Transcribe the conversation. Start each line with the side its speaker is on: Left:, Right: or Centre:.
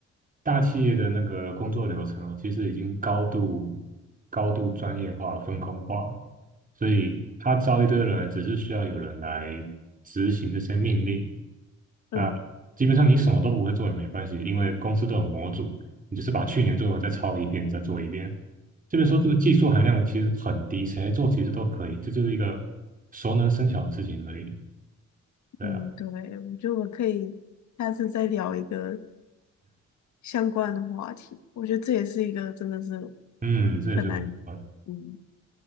Right: 大企业的那个工作流程哦，其实已经高度高度专业化、分工化，所以他招一堆人，只是需要有人来执行这些命令。
Left: 嗯，
Right: 啊，基本上你什么都不会做也没关系，因为公司都有模组，你就是把去年做的再抄一遍，再做一遍。就是说，这个技术含量其实很低，谁来做其实都可以，这就是一个熟能生巧的事情而已。对啊。
Left: 嗯，对，我觉得我们可以下次再聊一个相关的话题。我觉得这也是一个真的是
Right: 嗯，这也是个办
Left: 很难。嗯，